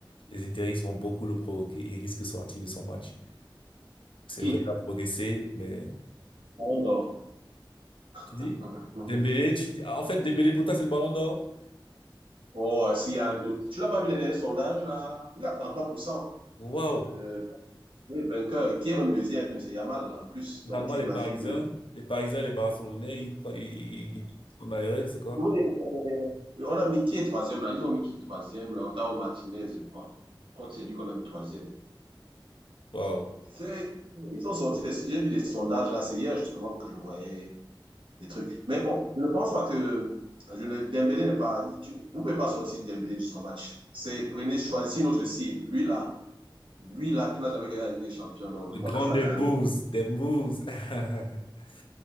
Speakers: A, on the left; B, on the right.
A: les interistes vont beaucoup le provoquer et il risque de sortir de son match. C'est
B: Qui?
A: vrai, il a progressé, mais
B: On dort. <laughs>
A: tu dis, Dembélé, tu dis- en fait, Dembélé pour toi, c'est le ballon d'or.
B: Oh, s'il y a un doute. Tu n'as pas vu les derniers sondages, là? Il a 33%.
A: Waouh!
B: Euh, oui, vainqueur, qui est même deuxième, c'est Yamal là, en plus.
A: Finalement,
B: Donc tu
A: les
B: imagines
A: Parisiens,
B: que.
A: les Parisiens, les Barcelonais, ils, pre- ils, ils ils sont dans les rêves, c'est quoi?
B: Oui, euh, on a mis qui est troisième là? Ils ont mis qui troisième là? Otao Martinez, je crois. Je crois que c'est lui qu'on a mis troisième.
A: Waouh.
B: C'est- Ils ont sorti des... J'ai vu des sondages là, c'est hier justement que je voyais des trucs. Mais bon, je ne pense pas que je ne... Dembélé n'est pas... il- tu- Vous ne pouvez pas sortir Dembélé de son match. C'est prenez, choisissez une autre cible. Lui là, lui là qui n'a jamais gagné la Ligue des Champions, non,
A: Le
B: je crois
A: grand
B: que ça
A: Dembouz.
B: quand même...
A: Dembouz. <laughs>